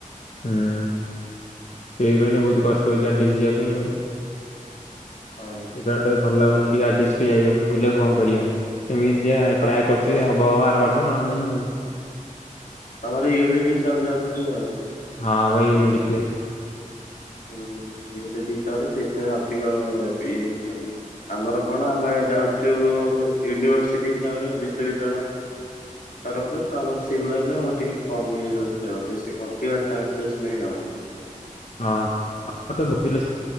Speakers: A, on the left; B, on the left.
A: ହୁଁ ସେଇଥିପାଇଁ ବହୁତ କଷ୍ଟ ହଉଛି ଆ ଯିବା ପାଇଁ ଆଉ
B: ହଁ।
A: ସେଟା ଗୋଟେ ଭଲ ଲାଗୁନି ଟିକେ ଆଡି ଯାଇପାରୁନି ବୋଲି କୁ କଣ କରିବା ସେମିତି
B: ହ
A: ଟ୍ରାଏ କରୁ ହବ ହବ ଆର ବର୍ଷ ନ ନାହିଁ ଆଉ
B: ତମର ୟୁନିଟ୍ ହିସାବରେ ଯାଉଛି ଆଉ
A: ହଁ ଭାଇ ୟୁନିଟ
B: ହୁଁ ହିସାବରେ ସେଇଥି ପାଇଁ ଅଧିକ ଇଏ ଆମର କଣ ଆମେ ଯାଉଛୁ ୟୁନିଭର୍ସିଟି ହିସାବରେ ବିଶ୍ବବିଦ୍ୟାଳୟ ତରଫରେ ତ ଆମର ସେଇଭଳିଆ ହେଲେ ଆମର ଟିକେ କମି ହେଇ ରହୁଛି ଆଉ ବେଶୀ କଟିବାର ଚାନ୍ସେସ୍ ନାହିଁ ଆଉ
A: ହଁ ତ ବିଲ